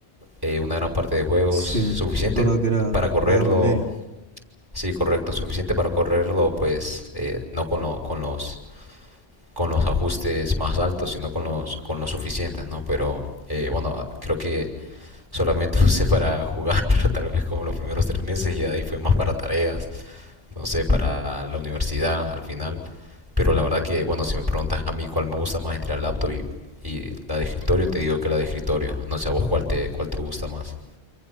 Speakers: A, on the right; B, on the right.
A: eh, una gran parte de juegos,
B: Sí,
A: suficiente
B: recuerdo que era
A: para correrlo,
B: la gama media.
A: sí, correcto, suficiente para correrlo, pues eh, no con, lo- con los con los ajustes más altos, sino con los con los suficientes, ¿no? Pero eh, bueno, creo que solamente <laughs> lo usé para jugar, <laughs> tal vez como los primeros tres meses y ahí fue más para tareas, no sé, para la universidad al final. Pero la verdad que, bueno, si me preguntas a mí cuál me gusta más entre la laptop y, y la de escritorio, te digo que la de escritorio. No sé a vos cuál te, cuál te gusta más.